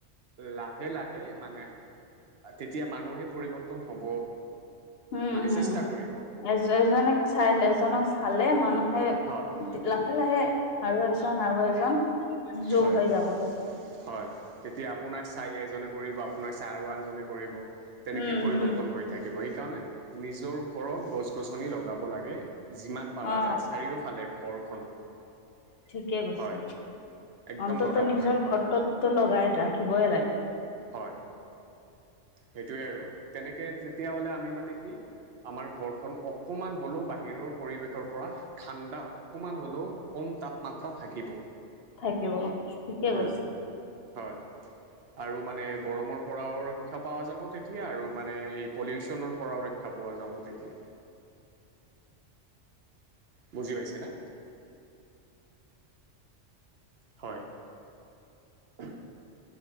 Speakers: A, on the right; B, on the left.
A: লাহে লাহে মানে তেতিয়া মানুহে পৰিৱৰ্তন হব।
B: উম
A: মানে
B: হম
A: চেষ্টা কৰিব
B: এ এজনক চাই এজনক চালে মানুহে লাহে
A: হয়
B: লাহে লাহে আৰু এজন আৰু এজন যোগ
A: হয়
B: হৈ যাব তেতিয়া।
A: হয় তেতিয়া আপোনাক চাই এজনে কৰিব আপোনাক চাই আৰু আনজনে কৰিব তেনেকে
B: উম
A: পৰিৱৰ্তন
B: হম
A: হৈ থাকিব সে সেইকাৰণে নিজৰ ঘৰত গছ -গছনি লগাব লাগে যিমান পাৰা
B: অ
A: যায় চাৰিওফালে ঘৰখনৰ
B: থিকে কৈছে
A: হয় একদম
B: অন্তত
A: লগাব
B: নিজৰ
A: লাগে
B: ঘৰতোততো লগাই ৰাখিবই লাগে
A: হয় সেইটোৱে আৰু তেনেকে তেতিয়া হলে আমি মানে কি আমাৰ ঘৰখন অকমান হলেও বাহিৰৰ পৰিৱেশৰ পৰা ঠাণ্ডা অকমান হলেও কম তাপমাত্ৰা থাকিব।
B: থাকিব ঠিকে কৈছা।
A: উম, হয় আৰু মানে গৰমৰ পৰাও ৰক্ষা পোৱাযাব তেতিয়া আৰু মানে এই পলিউচনৰ পৰা ৰক্ষা পোৱা যাব তেতিয়া।
B: <inaudible>
A: বুজি পাইছে না হয় <unintelligible>